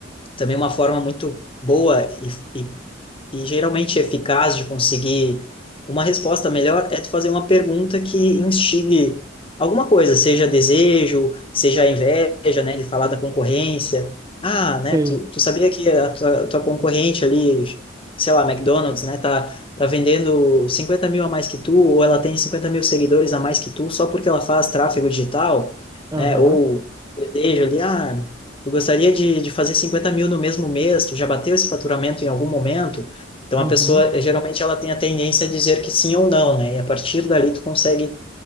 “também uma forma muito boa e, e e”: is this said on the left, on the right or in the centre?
Left